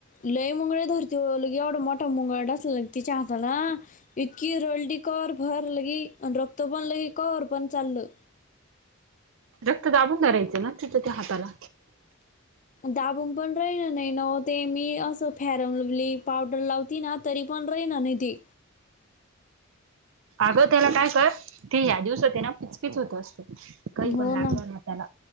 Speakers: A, on the left; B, on the right.
A: लय मुंगळे धरती ओ लगे एवढा मोठा मुंगळा डसला तिच्या हाताला इतक इतकि रडी कवर भर लगी आणि रक्त पण लगी कवर पण चाललं.
B: रक्त दाबून धारायचं ना तिथं त्या हाताला.
A: दाबून पण राहिल नाहीना ओते मी असं फॅरनलवली पावडर लावती ना‌. तरीपण राहीना नईते.
B: अगं त्याला काय करत ते ह्या दिवसात ते ना पिचपिच होत असतं काही
A: हो
B: पण लागलं
A: ना
B: न. त्याला